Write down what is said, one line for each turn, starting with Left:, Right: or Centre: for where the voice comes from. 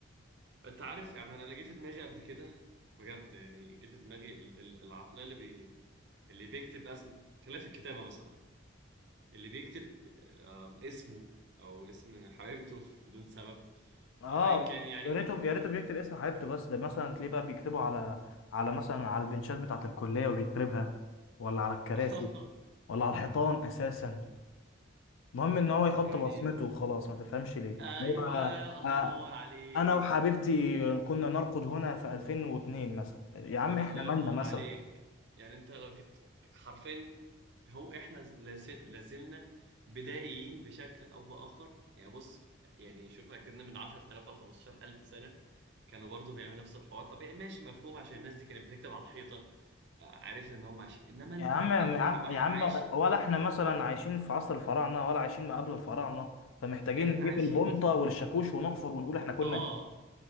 Right: انت عارف يعني انا أنا جه في دماغي قبل كده بجد يعني جه في دماغي ال- ال- العقليه اللي اللي بيكتب اسم خلاف الكتابة مثلا اللي بيكتب آم، اسمه او اسم حبيبته <laughs> بدون سبب
Left: اه
Right: او ايا كان يعني
Left: يا ريته يا ريته بيكتب اسم حبيبته بس ده مثلا تلاقيه بقى بيكتبه على على مثلا على البنشات بتاعة الكلية وبيكربها ولا على الكراسي
Right: <laughs>
Left: ولا على الحيطان اساسا المهم ان هو يحط
Right: يعني
Left: بصمته وخلاص ما تفهمش ليه
Right: ايوه
Left: هو
Right: الله
Left: آه،
Right: ينور عليك
Left: انا وحبيبتي كنا نرقد هنا في 2002 مثلا يا عم احنا
Right: الله
Left: مالنا
Right: ينور
Left: مثلا
Right: عليك يعني انت لو جيت حرفين هو احنا لاز- لازلنا بدائيين بشكل او باخر يعني بص يعني شوف اكدنا من 10000 ل 15000 سنة كانوا برضو بيعملوا نفس الحوار طبيعي ماشي مفهوم عشان الناس دي كانت بتكتب على الحيطة آه، عرفنا ان هم عايشين انما انت
Left: يا عم يا
Right: انت
Left: عم
Right: واحد
Left: يا عم
Right: عايش
Left: ولا احنا مثلا عايشين في عصر الفراعنه ولا عايشين ما قبل الفراعنه فمحتاجين
Right: احنا
Left: نجيب
Right: عايشين
Left: البمطه والشاكوش ونحفر ونقول احنا كنا
Right: اه
Left: هنا.